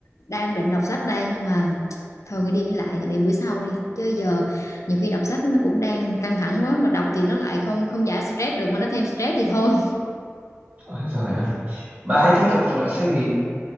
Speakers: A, on the left; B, on the right.
A: đang định đọc sách đây nhưng mà thôi nghĩ đi nghĩ lại để bữa sau đi chứ giờ nhiều khi đọc sách nó cũng đang căng thẳng quá mà đọc thì nó lại không không giải stress được mà nó thêm stress thì thôi
B: ôi giời ơi Bà hay thích đọc loại sách gì?